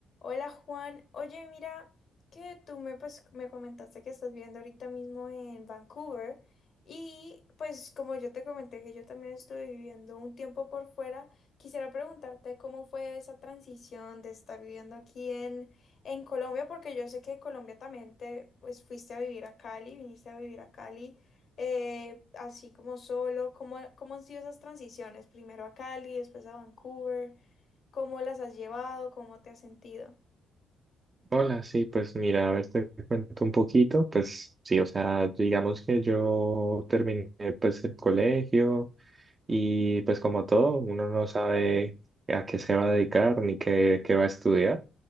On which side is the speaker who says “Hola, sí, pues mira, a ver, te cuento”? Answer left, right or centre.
Right